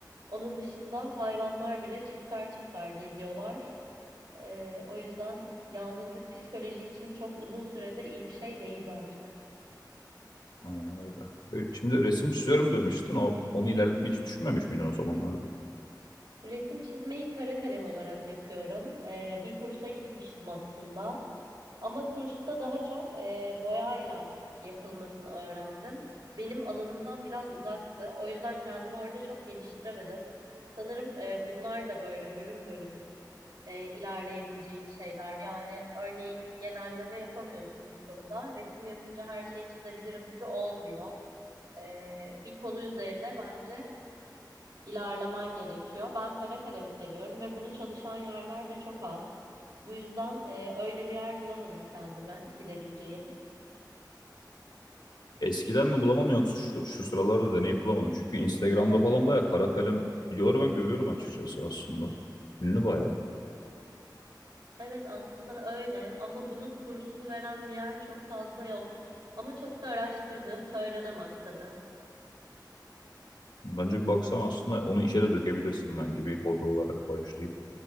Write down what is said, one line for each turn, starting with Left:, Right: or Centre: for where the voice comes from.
Right: Onun dışında hayvanlar bile çifter çifter geziyorlar. Ee, o yüzden yalnızlık psikoloji için çok uzun sürede iyi bir şey değil bence.
Left: Aynen öyle. Ö- Şimdi resim çiziyorum demiştin. O, onu ilerletmeyi hiç düşünmemiş miydin o zamanlarda?
Right: Resim çizmeyi kara kalem olarak yapıyorum. Ee, bir kursa gitmiştim aslında. Ama kursta daha çok e, boyayla yapılmasını öğrendim. Benim alanımdan biraz uzaktı. O yüzden kendimi orada çok geliştiremedim. Sanırım e, bunlar da böyle bölüm bölüm e, ilerleyebileceğin şeyler. Yani örneğin genelleme yapamıyorsun bu konuda. Resim yapınca her şeyi çizebilirim gibi olmuyor. E, bir konu üzerine bence ilerlemen gerekiyor. Ben kara kalem seviyorum ve bunu çalışan yerler de çok az. Bu yüzden e, öyle bir yer bulamadım kendime gidebileceğim.
Left: Eskiden mi bulamadın yoksa şu, şu sıralarda deneyip bulamadın? Çünkü Instagram'da falan bayağı kara kalem videoları ben görüyorum açıkçası aslında. Ünlü bayağı.
Right: Evet aslında öyle ama bunun kursunu veren bir yer çok fazla yok. Ama çok da araştırdığım söylenemez tabii.
Left: Bence bir baksan aslında onu işe de dökebilirsin bence. Bir hobi olarak başlayıp